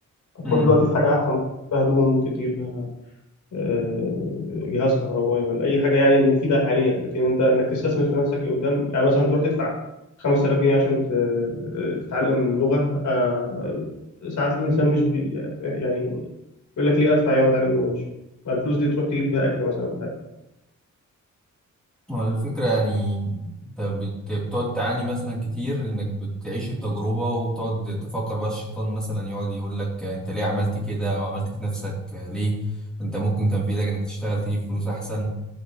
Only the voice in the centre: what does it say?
مم.
هو الفكرة يعني انت بت- بتقعد تعاني مثلا كتير انك بتعيش التجربة وبتقعد تفكر بقى الشيطان مثلا يقعد يقول لك انت ليه عملت كده وعملت في نفسك ليه انت ممكن كان في ايدك انك تشتغل تجيب فلوس احسن